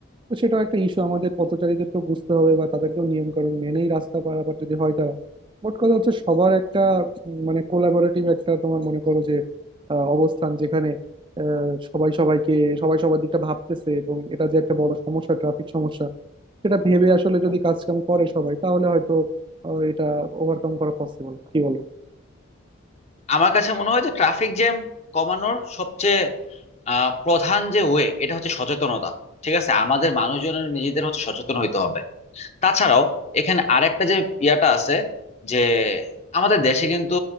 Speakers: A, on the right; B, on the left.
A: তো সেটাও একটা ইস্যু আমাদের পথচারীদেরকেও বুঝতে হবে বা তাদেরকেও নিয়ম কানুন মেনেই রাস্তা পারাপার যদি হয় তারা মোট কথা হচ্ছে সবার একটা উম, মানে কোলাবোরেটিভ একটা তোমার মনে করো যে আহ, অবস্থান যেখানে আহ, সবাই সবাইকে সবাই সবার দিকটা ভাবতেছে এবং এটা যে একটা বড় সমস্যা ট্রাফিক সমস্যা সেটা ভেবে আসলে যদি কাজ কাম করে সবাই তাহলে হয়তো আহ, এটা ওভারকাম করা পসিবল কি বলো
B: আমার কাছে মনে হয় যে ট্রাফিক জ্যাম কমানোর সবচেয়ে আহ, প্রধান যে ওয়ে এটা হচ্ছে সচেতনতা ঠিক আছে আমাদের মানুষজনের নিজেদের হচ্ছে সচেতন হইতে হবে তাছাড়াও এখানে আরেকটা যে ইয়াটা আছে যে আমাদের দেশে কিন্তু